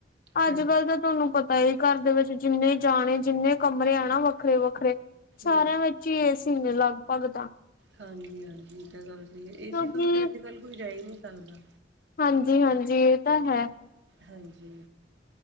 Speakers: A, on the left (about 50°); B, on the right (about 80°).
A: ਅੱਜ
B: ਹਾਂਜੀ
A: ਕੱਲ੍ਹ ਤਾਂ ਤੁਹਾਨੂੰ ਪਤਾ ਤਾ ਘਰ ਦੇ ਵਿੱਚ ਜਿੰਨੇ ਜਾਣੇ ਜਿੰਨੇ ਕਮਰੇ ਆ ਨਾ ਵੱਖਰੇ- ਵੱਖਰੇ ਸਾਰਿਆਂ
B: ਬਿਲ
A: ਵਿੱਚ ਏ ਸੀ ਨੇ ਲਗਭਗ ਤਾਂ।
B: ਹਾਂਜੀ ਹਾਂਜੀ ਇਹ ਤਾਂ ਗੱਲ ਸਹੀ ਹੈ
A: ਕਿਉਂਕਿ
B: ਏ ਸੀ ਤੋਂ ਹ ਅੱਜ ਕੱਲ੍ਹ ਕੋਈ ਜਾ ਹੀ ਨਹੀਂ ਸਕਦਾ
A: ਹਾਂਜੀ ਹਾਂਜੀ ਇਹ ਤਾਂ ਹੈ।
B: ਹਾਂਜੀ